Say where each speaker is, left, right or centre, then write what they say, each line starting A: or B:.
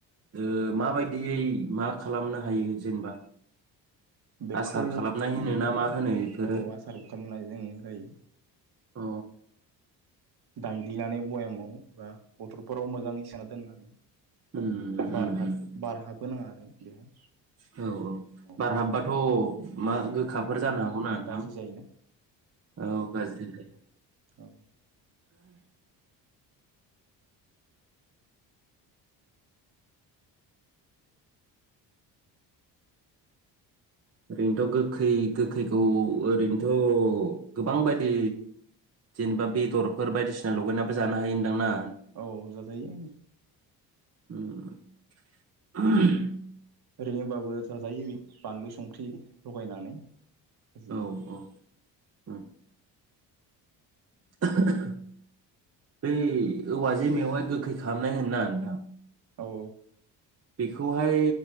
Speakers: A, on the right (about 30°); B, on the right (about 50°).
A: ओ माबायदियै मा खालामनो हायो जेनेबा
B: बेखौ
A: आसार खालामनाय होनो ना मा होनो बेफोरो
B: औ आसार खालामनाय जों जायो।
A: अ
B: दांग्लिनानै बयामाव बा बथलफोराव मोजाङै सोनना दोननानै
A: उम उम
B: बार हाब बार हाबहोनाङा आरो बेहाय
A: औ औ
B: औ
A: बार हाबबाथ' मा गोखाब फोर जानो हागौ ना नोंथां
B: गाज्रि जायोना
A: औ गाज्रि जायो
B: औ
A: ओरैनोथ गोखै गोखैखौ ओरैनोथ गोबां बायदि जेनेबा बेदरफोर बायदिसिना लगायनानैबो जानो हायो होनदां ना
B: औ जाजायो।
A: उम
B: ओरैनोबाबो जाजायो बे बानलु संख्रि लगायनानै खाजि
A: औ औ औ उम <inaudible> बै औवाजे मेवाय गोखै खालनाय होन ना नोंथां
B: औ
A: बेखौहाय